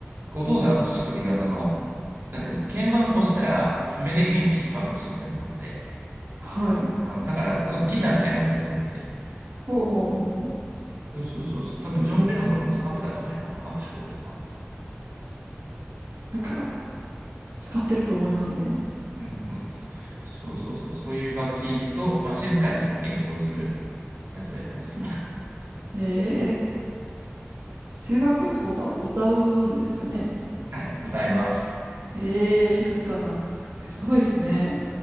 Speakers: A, on the right; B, on the right.
A: 音を鳴らす仕組みが、その、なんていうんですか、鍵盤を押したら、爪で弦を引っかくシステムなので、
B: はい。
A: あだから、ちょっとギターみたいな音がするんですよ。
B: ほうほうほうほう。
A: そうそうそうそう。多分、ジョン・レノンとかも使ってたんじゃないかな、ハープシコードとか。
B: なんか、使ってると思いますね。
A: うんうん。そうそうそう。そういう楽器と、まあ、静かに演奏するやつをやってます、今。
B: うん。ええ声楽ってことは歌うんですよね。
A: <laughs> はい。歌います。
B: ええ静かな。えすごいですね。